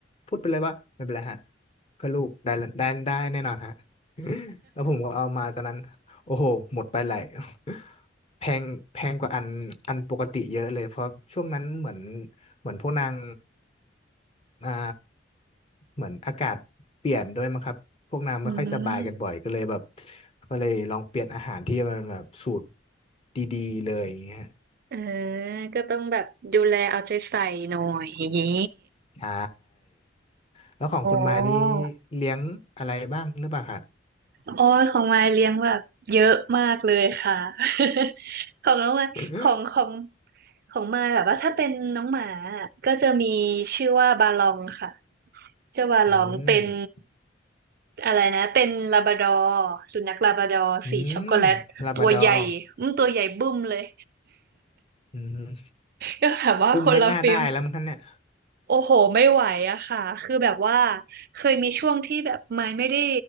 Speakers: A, on the left; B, on the right.
A: พูดไปเลยว่าไม่เป็นไรฮะเพื่อลูกได้ได้ได้แน่นอนฮะ <laughs> แล้วผมก็เอามาตอนนั้น โอ้โหหมดไปหลาย <laughs> แพงแพงกว่าอันอันปกติเยอะเลยเพราะช่วงนั้นเหมือนเหมือนพวกนางอ่าเหมือนอากาศเปลี่ยนด้วยมั้งครับพวกนางไม่ค่อยสบายกันบ่อยก็เลยแบบ
B: <laughs> อืม
A: ก็เลยลองเปลี่ยนอาหารที่มันแบบสูตรดีๆเลยอย่างเงี้ย
B: เออก็ต้องแบบดูแลเอาใจใส่หน่อยอย่างนี้
A: ใช่แล้วของคุณมานี้
B: อ๋อ
A: เลี้ยงอะไรบ้างหรือเปล่าคะ
B: โอ้ยของมายเลี้ยงแบบเยอะมากเลยค่ะ <laughs> ของน้องมายของของ
A: <laughs>
B: ของมายแบบว่าถ้าเป็นน้องหมาอะก็จะมีชื่อว่าบาลองค่ะเจ้าบาลองเป็น
A: อืม
B: อะไรนะเป็นลาบราดอร์สุนัขลาบราดอร์สีช็อกโกแลตตัวใหญ่อืมตัวใหญ่บึ้มเลย
A: อืมลาบราดอร์อืม
B: ก็ <laughs> แบบว่าคนละฟิล
A: อุ้มไม่น่าได้แล้วมั้งคะเนี่ย
B: โอ้โหไม่ไหวอะค่ะ คือแบบว่าเคยมีช่วงที่แบบไม่ไม่ได้